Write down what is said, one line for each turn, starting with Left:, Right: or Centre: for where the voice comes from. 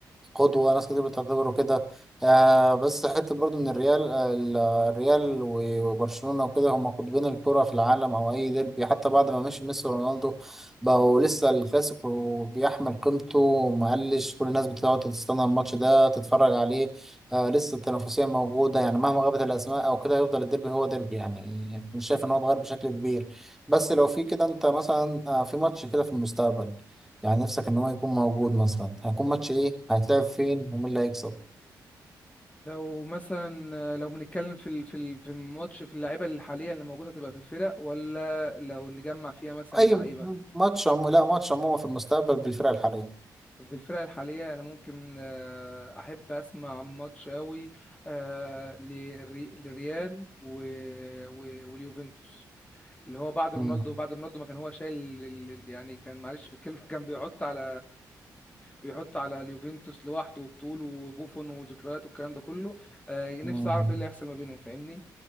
Centre: قدوة ناس كتير بتعتبره كده آه بس حتة برضو إن الريال آه ال- الريال و- وبرشلونة وكده هم قطبين الكرة في العالم أو أي ديربي حتى بعد ما مشي ميسي ورونالدو بقوا لسه الكلاسيكو بيحمل قيمته ومقلش كل الناس بتقعد تستنى الماتش ده تتفرج عليه آه لسه التنافسية موجودة يعني مهما غابت الأسماء أو كده يفضل الديربي هو ديربي يعني مش شايف إن هو اتغير بشكل كبير بس لو في كده أنت مثلا آه في ماتش كده في المستقبل يعني نفسك ان هو يكون موجود مثلا هيكون ماتش ايه هيتلعب فين ومين اللي هيكسب
Left: لو مثلا آه، لو بنتكلم في ال- في ال- في الماتش في اللعيبه اللي حاليا اللي موجوده تبقى في الفرق ولا لو نجمع فيها مثلا
Centre: اي
Left: لعيبه
Centre: م- ماتش عمو لا ماتش عموما في المستقبل بالفرق الحاليه
Left: بالفرق الحاليه انا ممكن آه، احب اسمع ماتش قوي للريال و- و- واليوفنتوس اللي هو بعد
Centre: مم.
Left: رونالدو بعد رونالدو ما كان هو شايل ال- ال- يعني كان معلش في الكلمة <laughs> كان بيحط على بيحط على اليوفنتوس لوحده وبطوله وبوفون وذكريات والكلام ده كله آه، نفسي
Centre: مم.
Left: اعرف ايه اللي هيحصل ما بينهم فاهمني